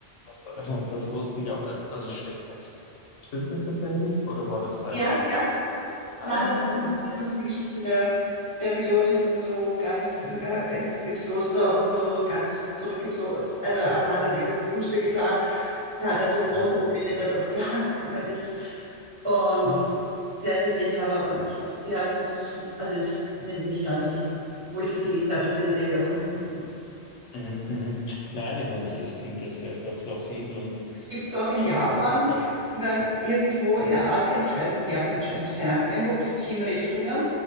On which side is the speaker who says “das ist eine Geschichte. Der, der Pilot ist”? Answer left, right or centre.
Right